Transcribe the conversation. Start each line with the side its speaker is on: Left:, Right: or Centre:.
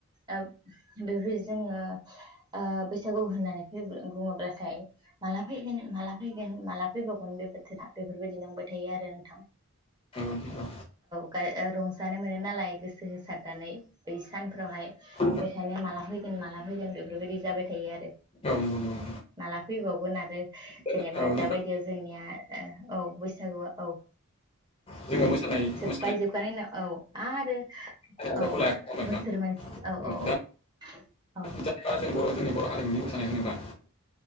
Right: ओ बेफोर बायदि जोङो ओ बैसागु होननानै बुङोब्लाथाय माला फैगोन, माला फैगोन, माला फैबावगोन बे बोथोरा? बेफोरबायदि नंबाय थायो आरो। औ,
Left: नंगौ
Right: गाय ओ रं जानो मोनो नालाय गोसो होसारनानै बै सानफोरावहाय
Left: औ
Right: बेखायनो माला फै- गोन माला फैगोन बेफोरबायदि जाबाय थायो आरो।
Left: औ नंगौ नंगौ।
Right: माला फैबावगोन आरो
Left: नोंथां।
Right: जेनेबा
Left: औ नोंथां
Right: दााबायदियाव जोंनिया ओ औ बै सागुआ औ।
Left: जोङो मोसानाय
Right: जोबबाय
Left: मोसानाय
Right: जोबखानाय उनाव औ आरो
Left: आयदाखौ
Right: औ,
Left: लायाखै नङा
Right: बोसोर
Left: होमबा
Right: मोनसि, औ
Left: नोंथां
Right: औ औ, औ।
Left: दा जेनेबा जों बर' जोंनि बर' हारिमुनि मोसानाय होनोबा